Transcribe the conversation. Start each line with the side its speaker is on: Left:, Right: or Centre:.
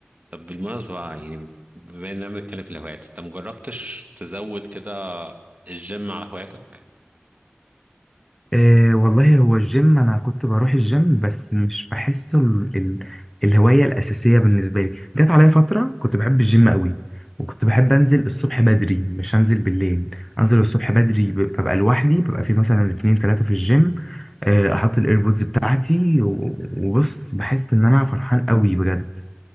Right: طب بالمناسبة بقى، يعني بما اننا بنتكلم في الهوايات انت مجربتش تزود كده الجيم على هواياتك؟
Centre: إيه والله هو الجيم أنا كنت بروح الجيم بس مش بحسه ال... ال... الهواية الأساسية بالنسبة لي جت عليا فترة كنت بحب الجيم قوي وكنت بحب أنزل الصبح بدري مش أنزل بالليل أنزل الصبح بدري ب- ببقى لوحدي ببقى في مثلا اتنين تلاتة في الجيم آه، أحط الإيربودز بتاعتي و- وبص بحس إن أنا فرحان قوي بجد